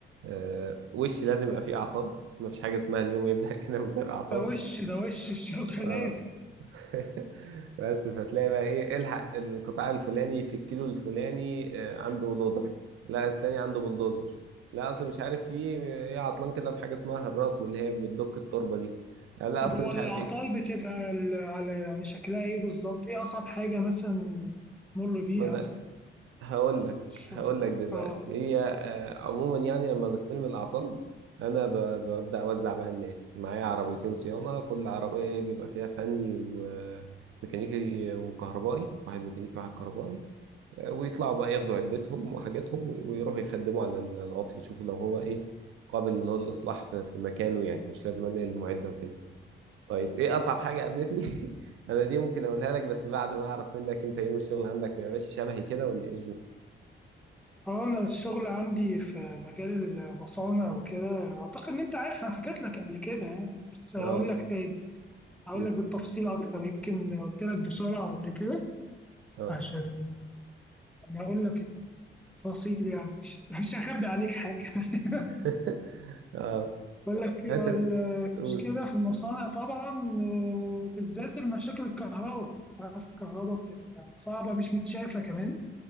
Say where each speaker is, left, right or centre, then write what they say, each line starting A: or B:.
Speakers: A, on the right (about 75°); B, in the centre.
A: آه، وش لازم يبقى فيه اعطال مفيش حاجه اسمها اليوم يبدا <laughs> كده من غير اعطال
B: ده وش ده وش الشغل
A: اه
B: <laughs> لازم
A: <laughs> بس فتلاقي بقى ايه الحق القطاع الفلاني في الكيلو الفلاني آه، عنده لودر لا التاني عنده بلدوزر لا اصل مش عارف في ايه عطلان كده في حاجه اسمها الرسم اللي هي بتدك التربه دي لا
B: طب
A: اصل
B: هو
A: مش
B: الأعطال
A: عارف ايه
B: بتبقى ال- على يعني شكلها إيه بالظبط؟ إيه أصعب حاجة مثلا مر بيها
A: ما انا
B: في
A: هقول لك
B: الشغل؟
A: هقول لك دلوقتي
B: آه.
A: هي آه، عموما يعني لما بستلم الأعطال أنا ب- ببدأ أوزع بقى الناس معايا عربيتين صيانة كل عربية بيبقى فيها فني وميكانيكي وكهربائي واحد ميكانيكي واحد كهربائي آه، ويطلعوا بقى ياخدوا عدتهم وحاجاتهم ويروحوا يخدموا على العطل يشوفوا لو هو إيه قابل إن هو للإصلاح في في مكانه يعني مش لازم أنقل المعدة وكده طيب إيه أصعب حاجة قابلتني؟ <laughs> أنا دي ممكن أقولها لك بس بعد ما أعرف منك أنت يوم الشغل عندك بيبقى ماشي شبهي كده ولا إيه الظروف؟
B: اه انا الشغل عندي في مجال المصانع وكده اعتقد ان انت عارف انا حكيت لك قبل كده يعني بس هقول
A: اه
B: لك تاني هقول
A: مم.
B: لك بالتفصيل اكتر يمكن قلت لك بسرعه قبل كده
A: اه
B: عشان انا هقول لك التفاصيل يعني مش <laughs> مش هخبي عليك حاجه <laughs>
A: <laughs> اه
B: بقول تمام لك
A: انت تقول
B: المشكله في المصانع طبعا آه، بالذات المشاكل الكهرباء عارف الكهرباء بتبقى صعبه مش متشافه كمان